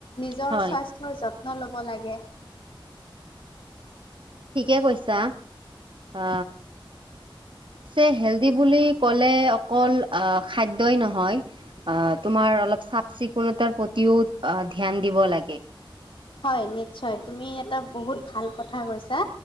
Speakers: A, on the left; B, on the right.
A: নিজৰ
B: হয়,
A: স্বাস্থ্যৰ যত্ন ল'ব লাগে।
B: ঠিকে কৈছা অ যে হেল্ডি বুলি ক'লে অকল খাদ্যই নহয় অ তোমাৰ অলপ চাফ চিকুণতাৰ প্ৰতিও অ ধ্যান দিব লাগে।
A: হয় নিশ্চয় তুমি এটা বহুত ভাল কথা কৈছা